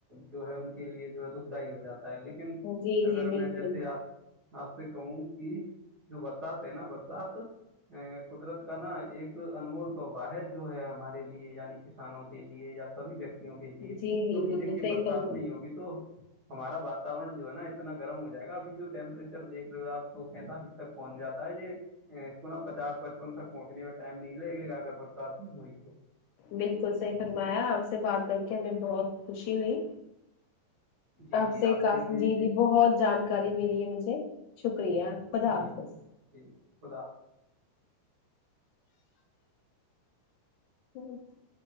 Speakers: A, on the right; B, on the left.
A: جو ہے ان کے لیے جو ہے دکھ دائی ہو جاتا ہے لیکن
B: جی جی
A: اگر
B: بالکل
A: میں جیسے آپ آپ سے کہوں کہ جو برسات ہے نا برسات قدرت کا نا ایک انمول تحفہ ہے جو ہے ہمارے لیے یعنی کسانوں کے لیے یا سبھی ویکتیوں کے لیے
B: جی جی
A: کیونکہ
B: جی
A: دیکھی
B: جی
A: یہ
B: صحیح
A: برسات
B: فرمایا
A: نہیں ہوگی تو ہمارا واورن جو ہے نا اتنا گرم ہو جائے گا ابھی جو ٹیمپریچر دیک رہے ہو آپ کو پینتالیس تک پہنچ جا ہے یہ اس کو نا پچاس پچپن تک پہنچنے میں ٹائم نہیں لگے گا اگر برسات میں ہوئی تو
B: بالکل صحیح فرمایا آپ سے بات کر کے ہمیں بہت خوشی ہوئی
A: جی
B: آپ
A: جی
B: سے کافی
A: بھی
B: جی جی بہت جانکاری ملی ہے مجھے شکریہ خدا
A: جی
B: حافظ
A: جی خدا
B: ا <inaudible>